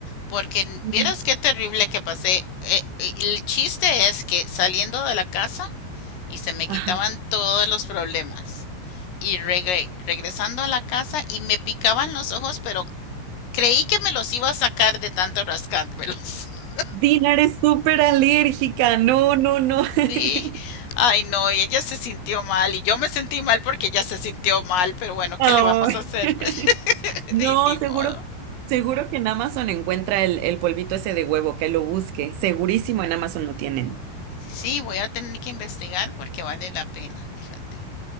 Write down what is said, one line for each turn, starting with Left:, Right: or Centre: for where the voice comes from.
Left: Porque n-
Right: Ujú.
Left: vieras qué terrible que pasé. Eh, eh, el chiste es que saliendo de la casa y se me quitaban
Right: Ajá.
Left: todos los problemas. y regre- regresando a la casa y me picaban los ojos, pero creí que me los iba a sacar de tanto rascármelos. <laughs>
Right: Dinar es súper alérgica, no, no, no.
Left: Sí.
Right: <laughs>
Left: Ay, no, y ella se sintió mal y yo me sentí mal porque ella se sintió mal, pero bueno,
Right: Ay.
Left: ¿qué le vamos a hacer?
Right: <laughs>
Left: <laughs>
Right: No,
Left: Y ni modo.
Right: seguro, seguro que en Amazon encuentra el, el polvito ese de huevo, que lo busque. Segurísimo en Amazon lo tienen.
Left: Sí, voy a tener que investigar porque vale la pena, fíjate.